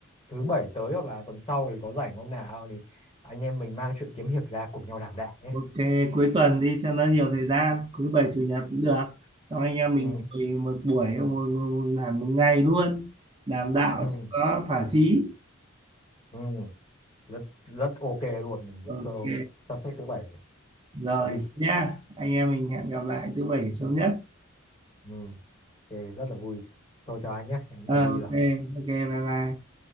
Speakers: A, on the left; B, on the right.
A: thứ bảy tới hoặc là tuần sau thì có rảnh hôm nào thì anh em mình mang chuyện kiếm hiệp ra cùng nhau đảm đạo nhé
B: Ok, cuối tuần đi cho nó nhiều thời gian, cuối bảy chủ nhật cũng được. Xong anh em
A: ừ
B: mình ngồi một buổi, một, một, một, hẳn một ngày luôn, đàm đạo
A: ừ
B: cho nó thỏa chí.
A: ừ rất rất ok luôn mình cũng
B: Ok,
A: cho sắp xếp thứ bảy
B: rồi
A: đi
B: nhá, anh em mình hẹn gặp lại thứ bảy sớm nhất.
A: ừ ok rất là vui thôi chào anh nhé em cũng
B: Ờ,
A: phải đi
B: ok,
A: rồi
B: ok, bye bye.